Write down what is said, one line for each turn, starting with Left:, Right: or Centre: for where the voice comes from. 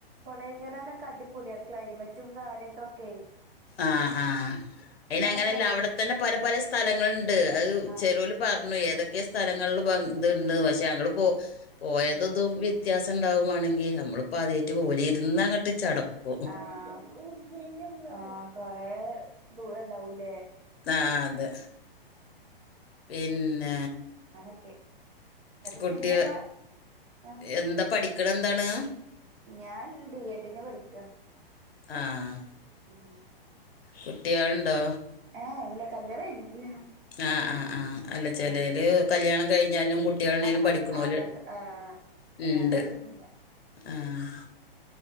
Right: കൊടെക്കനാലൊക്കെ അടിപൊളിയ ക്ലൈമറ്റും കാര്യങ്ങളൊക്കെയ്
Left: ആഹ് ആഹ് അയിന് അങ്ങനല്ല
Right: രസാ
Left: അവ്ട്തന്നെ പല പല സ്ഥലങ്ങളുണ്ട് അത്
Right: ആ
Left: ചെലോല് പറഞ്ഞു ഏതൊക്കെ സ്ഥലങ്ങളിൽ ത്ണ്ട് പക്ഷെ ഞങ്ങള് പോ പോയത്
Right: ആ
Left: ഇതും വിത്യ വിത്യാസണ്ടാവു വാണെങ്കി നമ്മളിപ്പോൾ ആദ്യമായിട്ട് പോവല്ലേ ഇര്ന്നങ്ങട്ട് ചടക്കും
Right: ആഹ് ആഹ് കൊറെ ദൂരം ണ്ടാവൂല്ലേ
Left: ആഹ് അതെ പിന്നെ
Right: ങ്ങനൊക്കെ ന്നട്ട്
Left: കുട്ടിയ
Right: പിന്നെങ്ങള് ആഹ്
Left: എന്താ പഠിക്ക്ണെന്താണ്
Right: ഞാൻ ഡി എഡിന് പഠിക്ക
Left: ആഹ്
Right: ഉം
Left: കുട്ട്യാള്ണ്ടോ
Right: ഏഹ് ഇല്ല കല്യാണം കഴിഞ്ഞിട്ടില്ല
Left: ആഹ് ആഹ് ആഹ് അല്ല ചെലെല്
Right: ആഹ്
Left: കല്യാണം കഴിഞ്ഞാലും കുട്ട് കുട്ട്യാള് ണ്ടെങ്കിലും
Right: ആഹ്
Left: പഠിക്ക്ണോല്ണ്ട്
Right: ആഹ് പഠിക്ക ആഹ് കല്യാണം കഴിഞ്ഞിട്ടൊന്നുല്ല
Left: ആഹ്